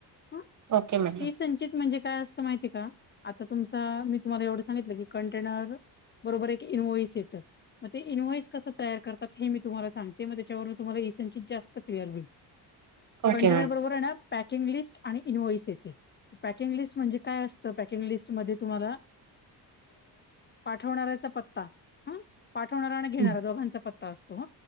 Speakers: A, on the left; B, on the right.
A: ह
B: ओके मॅडम
A: इ संंचित म्हणजे काय असतं माहिती का आता तुमच मी तुम्हाला एवढं सांगितलं की कंटेनर बरोबर एक इन्वोइस येतं मग ते इन्व्हॉइस कस तयार करतात हे मी तुम्हाला सांगते मग त्याच्यावर मी तुम्हाला इसनचीित जास्त क्लिअर होईल
B: ओके
A: कंटेनर
B: मॅडम
A: बरोबर आहे ना पॅकिंग लिस्ट आणि इन्व्हॉइस येते पॅकिंग लिस्ट म्हणजे काय असत तर पॅकिंग लिस्टमध्ये तुम्हाला पाठवणारचा पत्ता ह पाठवणारा आणि घेणार
B: हं
A: दोघांचा पत्ता असतो